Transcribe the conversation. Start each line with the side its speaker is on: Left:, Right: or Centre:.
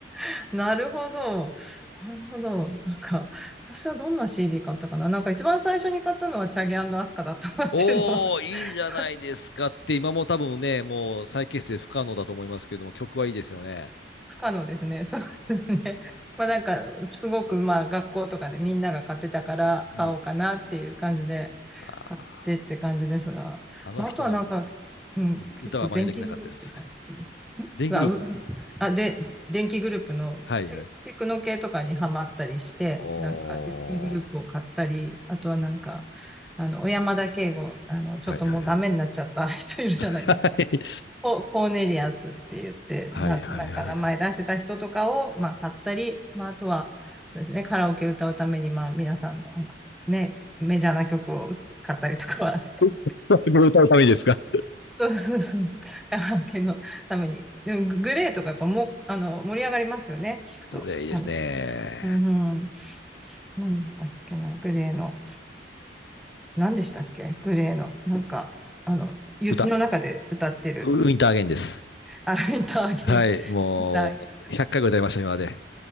Centre: <laughs> なるほど。なるほど。なんか、私はどんな CD 買ったかななんか一番最初に買ったのはチャゲアスカだったなっていうのは
Left: おー、いいじゃないですかって、
Centre: <laughs>
Left: 今も多分ね、もう再結成不可能だと思いますけども、曲はいいですよね。
Centre: 不可能ですね。そうですね。<laughs> まあなんか、すごくまあ学校とかでみんなが買ってたから買おうかなっていう感じで
Left: うん。あ
Centre: 買ってって感じですが。
Left: ー、あの人の
Centre: まああとはなんか、うん、
Left: うん、
Centre: 結構電気グループとか好きでした。
Left: 歌は真似できなかったです。
Centre: んうわ、
Left: デイングループ。
Centre: う、うんあ、で、電気グループのテ、
Left: はいはい。
Centre: テクノ系とかにハマったりして、
Left: お
Centre: なんか電気グループを買ったり、あとはなんか、あの、小山田圭吾、あの、ちょっともうダメになっちゃった人いるじゃないですか。
Left: ー。はいはいはい。はい。
Centre: ココーネリアスって言って、
Left: はいはいはい。
Centre: な、なんか名前出してた人とかを、まあ、買ったり、まあ、あとは、そうですね、カラオケ歌うために、まあ、皆さんの、あの、ね、メジャーな曲を買ったりとかはしてます。<laughs>
Left: <laughs> これ歌うためにですか
Centre: そうそうそうそう。カラオケのために。でも、ググレーとかやっぱもう、あの、盛り上がりますよね、聞くと。
Left: これいいですね。
Centre: あの、うんうん、なんだっけな、グレーの、何でしたっけ、グレーの、なんか、あの、雪の中で歌ってる、
Left: 歌ウウィンターアゲインです。
Centre: あ、ウィンターゲイン、
Left: はい。もう、
Centre: ウィンターゲインとか。
Left: 100回ぐらい歌いました、今まで。